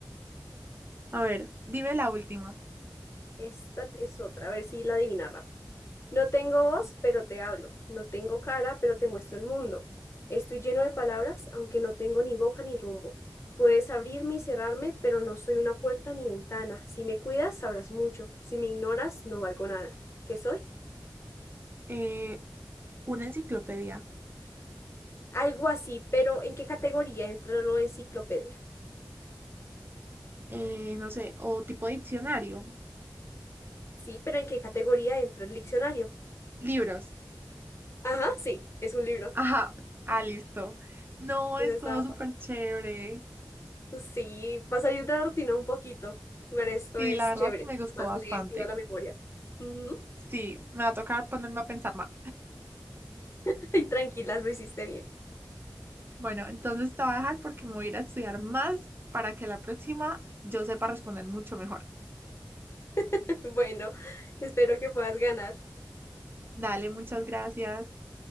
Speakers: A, on the right; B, on the left.
A: A ver, dime la última.
B: Esta es otra, a ver si la adivina rápido. No tengo voz, pero te hablo. No tengo cara, pero te muestro el mundo. Estoy lleno de palabras, aunque no tengo ni boca ni rumbo. Puedes abrirme y cerrarme, pero no soy una puerta ni ventana. Si me cuidas, sabrás mucho. Si me ignoras, no valgo nada. ¿Qué soy?
A: Eh, una enciclopedia,
B: Algo así, pero ¿en qué categoría entra la enciclopedia?
A: eh, no sé, o tipo diccionario,
B: Sí, pero ¿en qué categoría entra el diccionario?
A: libros.
B: Ajá, sí, es un libro.
A: Ajá, ah, listo. No,
B: Esa
A: estuvo
B: estaba
A: súper
B: fácil.
A: chévere.
B: Sí, para salir de la rutina un poquito. Jugar esto
A: Sí,
B: es
A: la verdad
B: chévere.
A: me gustó
B: Además,
A: bastante.
B: le activa la memoria. Ujú.
A: Sí, me va a tocar ponerme a pensar más.
B: <laughs> Y tranquilas, lo hiciste bien.
A: Bueno, entonces te voy a dejar porque me voy a ir a estudiar más para que la próxima yo sepa responder mucho mejor.
B: <laughs> Bueno, espero que puedas ganar.
A: Dale, muchas gracias.